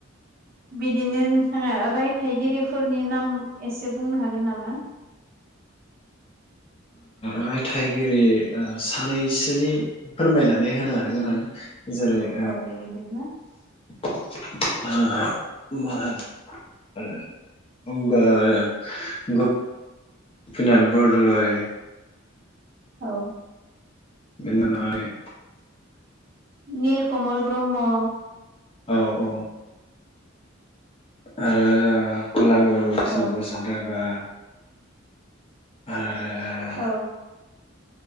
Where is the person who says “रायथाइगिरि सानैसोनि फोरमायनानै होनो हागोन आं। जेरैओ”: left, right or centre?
Left